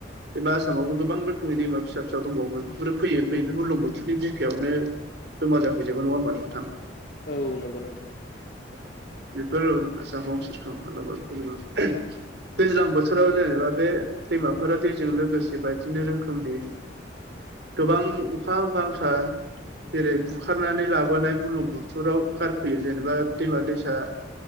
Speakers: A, on the right (about 60°); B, on the left (about 50°).
A: एबा आसामावबो गोबां रोखोमनि दैमा फिसा फिसा दंबावो बेफोरो फैयै फैयो बेफोर बुरलुंबुथुरनि बिखायावनो जमा जाफैजोबो नङा ओमबा नोंथां
B: औ नंगौ नोंथां
A: बेफोर <unintelligible> दैज्लां बोथोराव जेनेबा बे दैमाफोरा दैजों लोगोसे बायदिनो रोखोमनि गोबां अखा बांखा जेरै बुखारनानै लाबोनाय बुरलुंबुथुराव गारफैयो जेनेबा दैमा दैसा